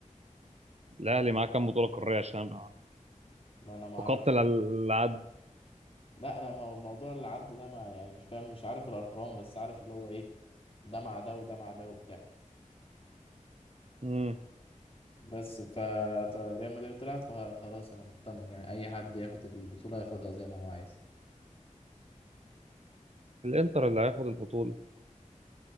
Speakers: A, on the right; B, on the left.
A: الاهلي معاه كام بطولة قارية عشان أبقى
B: ما انا ما اعرفش
A: فقدت العد
B: برضه لا انا مو- موضوع اللي عدى ده ما يعني مش فاهم مش عارف الارقام بس عارف اللي هو ايه ده مع ده وده مع ده وبتاع
A: امم
B: بس ف ط- ريال مدريد طلعت فخلاص انا مطمن يعني اي حد ياخد البطوله ياخدها زي ما هو عايز
A: الانتر اللي هياخد البطولة